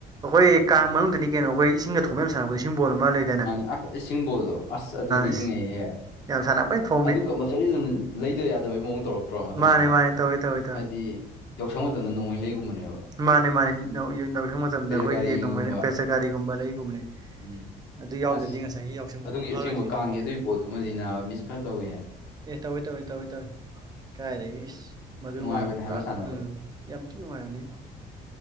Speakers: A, on the right; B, on the left.
A: ꯑꯈꯣꯏ ꯀꯥꯡ ꯃꯅꯨꯡꯗꯅꯤ ꯀꯩꯅꯣ ꯑꯈꯣꯏ ꯏꯁꯤꯡꯒ ꯊꯣꯝꯅ ꯁꯥꯟꯅꯕꯗꯣ ꯏꯁꯤꯡꯕꯣꯜ ꯑꯃ ꯂꯩ
B: ꯃꯥꯟꯅꯤ ꯑꯁ ꯏꯁꯤꯡꯕꯣꯜꯗꯣ ꯑꯁ ꯑꯗꯨ ꯅꯤꯡꯁꯤꯡꯉꯛꯏꯍꯦ
A: ꯏꯁ ꯌꯥꯝ ꯁꯥꯟꯅꯄꯩ ꯊꯣꯝꯕꯤ
B: ꯑꯗꯨ ꯀꯝꯕꯜ ꯁꯥꯔꯤ ꯑꯗꯨꯝ ꯂꯩꯗ ꯌꯥꯗꯕꯩ ꯃꯑꯣꯡ ꯇꯧꯔꯛꯇ꯭ꯔꯣ ꯃꯇꯝꯗꯨꯗ
A: ꯃꯥꯅꯦ ꯃꯥꯅꯦ ꯇꯧꯋꯦ ꯇꯧꯋꯦ ꯇꯧꯋꯦ
B: ꯍꯥꯏꯗꯤ ꯌꯥꯎꯁꯪ ꯃꯇꯝꯗ ꯅꯣꯡꯃꯩ ꯂꯩꯒꯨꯝꯕꯅꯦꯕ
A: ꯃꯥꯅꯦ ꯃꯥꯅꯦ ꯌꯥ ꯌꯥꯎꯁꯪ ꯃꯇꯝꯗ
B: ꯄꯦꯁꯀꯥꯔꯤꯒꯨꯝꯕ
A: ꯑꯩꯈꯣꯏꯒꯤ ꯅꯣꯡꯃꯩ ꯄꯦꯆꯀꯒꯥꯔꯤꯒꯨꯝꯕ ꯂꯩꯒꯨꯝꯕꯅꯦ
B: ꯎꯝ
A: ꯑꯗꯨ ꯌꯥꯎꯗ꯭ꯔꯗꯤ
B: ꯑꯁ
A: ꯉꯁꯥꯏꯒꯤ ꯌꯥꯎꯁꯪ ꯃꯄꯨꯡ
B: ꯑꯗꯨꯒꯤ
A: ꯐꯥꯔꯣꯏꯗꯣꯏꯅꯤꯗꯣ
B: ꯑꯁꯦꯡꯕ ꯀꯥꯡꯒꯤ
A: ꯑꯃꯨꯛ
B: ꯑꯗꯨꯒꯤ ꯕꯣꯜꯗꯨꯃꯗꯤ ꯅꯥꯕ ꯃꯤꯁ ꯐꯖꯅ ꯇꯧꯏꯍꯦ
A: ꯑꯦ ꯇꯧꯋꯦ ꯇꯧꯋꯦ ꯇꯧꯋꯦ ꯇꯧꯋꯦ ꯀꯥꯏꯗꯒꯤ ꯏꯁ ꯃꯗꯨꯃ
B: ꯅꯨꯡꯉꯥꯏꯕꯅꯦ
A: ꯄꯨꯔꯥ
B: ꯍꯥꯏꯕ ꯁꯥꯟꯅꯕꯗꯣ
A: ꯎꯝ ꯌꯥꯝ ꯊꯤꯅꯥ ꯅꯨꯡꯉꯥꯏꯕꯅꯤ